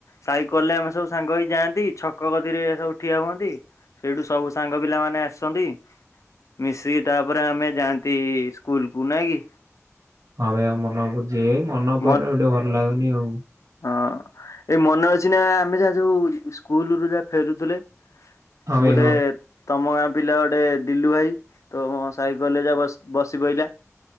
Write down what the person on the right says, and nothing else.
ହଁ ଭାଇ ଆଉ ମନ ବୁ ଯିଏ ମନ
ପଇଲା ଗୋଟେ ଭଲ ଲାଗୁନି ଆଉ।
ହଁ ଭାଇ
ହଁ